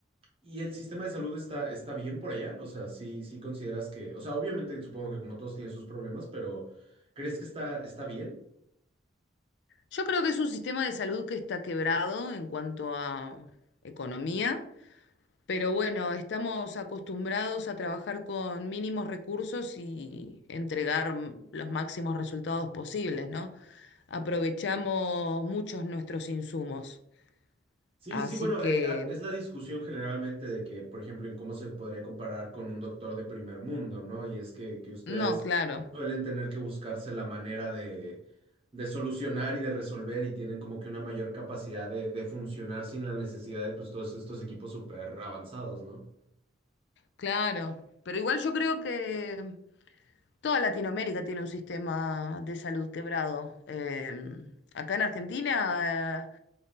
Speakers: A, on the right; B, on the left.
A: ¿Y el sistema de salud está, está bien por allá? O sea, sí, sí consideras que, o sea, obviamente supongo que como todos tienen sus problemas, pero ¿crees que está, está bien?
B: Yo creo que es un sistema de salud que está quebrado en cuanto a economía, pero bueno, estamos acostumbrados a trabajar con mínimos recursos y entregar mm, los máximos resultados posibles, ¿no? Aprovechamos muchos nuestros insumos.
A: Sí,
B: Así
A: sí, sí, bueno,
B: que
A: eh, ah, es la discusión generalmente de que, por ejemplo, en cómo se podría comparar con un doctor de primer mundo, ¿no? Y es que, que ustedes
B: No, claro,
A: suelen tener que buscarse la manera de, de solucionar y de resolver y tienen como que una mayor capacidad de, de funcionar sin la necesidad de pues todos estos equipos súper avanzados, ¿no?
B: claro. Pero igual yo creo que toda Latinoamérica tiene un sistema de salud quebrado. Eh, acá en Argentina,